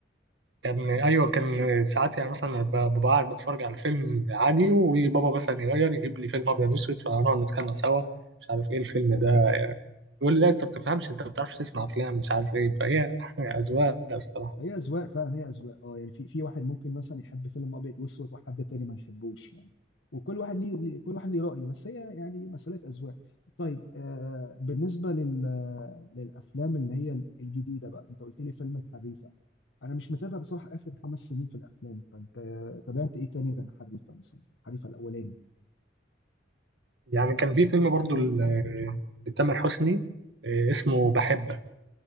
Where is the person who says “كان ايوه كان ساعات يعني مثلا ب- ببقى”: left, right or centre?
Right